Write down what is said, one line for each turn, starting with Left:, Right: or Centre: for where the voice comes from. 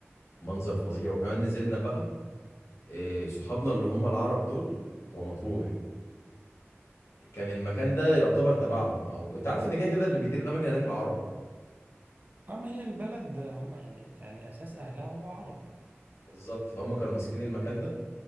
Left: منظر فظيع وكمان نزلنا بقى إيه صحابنا اللي هم العرب دول بتوع مطروح كان المكان ده يعتبر تبعهم او انت عارف ان كده كده اللي بيدير الاماكن هناك العرب
Right: اه ما هي البلد هم يعني يعني اساس اهلها هم عرب
Left: بالظبط فهم كانوا ماسكين المكان ده